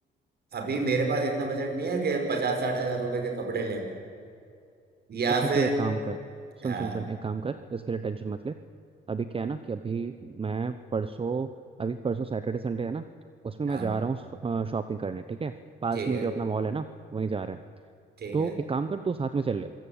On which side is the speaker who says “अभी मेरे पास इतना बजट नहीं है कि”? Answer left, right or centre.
Right